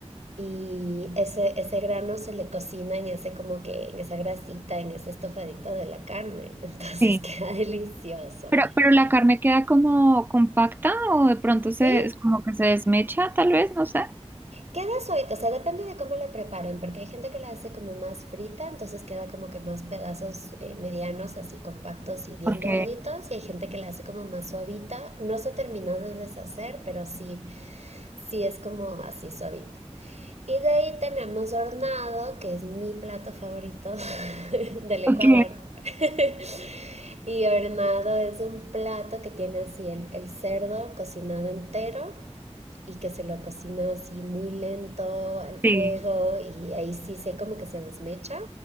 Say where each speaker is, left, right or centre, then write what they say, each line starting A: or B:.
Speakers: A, on the right; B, on the right.
A: Y ese, ese grano se le cocina en ese como que, en esa grasita, en ese estofadito de la carne. Entonces
B: sí.
A: <laughs> queda delicioso.
B: Pero, pero la carne queda como compacta o de pronto se,
A: Sí,
B: es como que se desmecha, tal vez, no sé.
A: Queda suavita, o sea, depende de cómo la preparen, porque hay gente que la hace como más frita, entonces queda como que más pedazos eh, medianos, así compactos y bien
B: Ok,
A: doraditos, y hay gente que la hace como más suavita. No se terminó de deshacer, pero sí, sí es como así suavita. Y de ahí tenemos hornado, que es mi plato favorito <laughs> del Ecuador.
B: ok,
A: <laughs> Y hornado es un plato que tiene así el, el cerdo cocinado entero y que se lo cocina así muy lento al fuego
B: sí,
A: y ahí sí se como que se desmecha.